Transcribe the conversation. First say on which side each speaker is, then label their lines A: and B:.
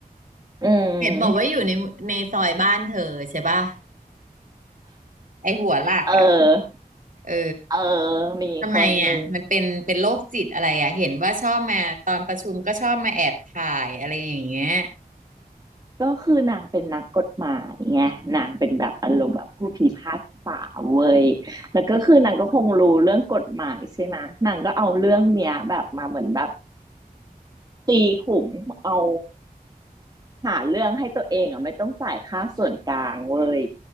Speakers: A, on the right; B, on the right.
A: อืม
B: เห็นบอกว่าอยู่ในในซอยบ้านเธอใช่ป่ะไอหัวลากอ่ะ
A: เออ
B: เออ
A: เออมีคนหนึ่ง
B: ทำไมอ่ะมันเป็นเป็นโรคจิตอะไรอ่ะเห็นว่าชอบมาตอนประชุมก็ชอบมาแอบถ่ายอะไรอย่างเงี้ย
A: ก็คือนางเป็นนักกฎหมายไงนางเป็นแบบอารมณ์แบบผู้พิพากษาเว้ยแล้วก็คือนางก็คงรู้เรื่องกฎหมายใช่ไหมนางก็เอาเรื่องเนี้ยแบบมาเหมือนแบบตีขุมเอาหาเรื่องให้ตัวเองอ่ะไม่ต้องจ่ายค่าส่วนกลางเว้ย